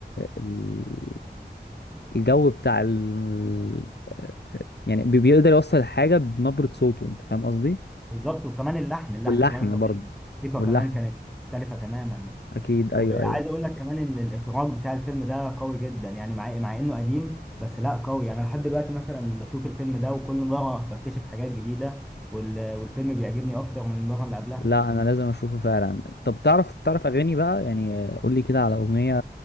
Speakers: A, on the left; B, in the centre.
A: ال- الجو بتاع ال... يعني بي- بيقدر يوصل الحاجة بنبرة صوته أنت فاهم قصدي؟
B: بالظبط وكمان اللحن اللحن
A: واللحن
B: كمان اتغير
A: برضه
B: الموسيقى
A: واللحن
B: كمان كانت مختلفة تماما
A: أكيد أيوه
B: وعايز
A: أيوه
B: اقول لك كمان ان الاخراج بتاع الفيلم ده قوي جدا يعني مع مع انه قديم بس لا قوي يعني انا لحد دلوقتي مثلا بشوف الفيلم ده وكل مرة بكتشف حاجات جديدة وال... والفيلم بيعجبني اكتر من المرة اللي قبلها
A: لا انا لازم اشوفه فعلا طب تعرف تعرف اغاني بقى يعني قول لي كده على اغنيه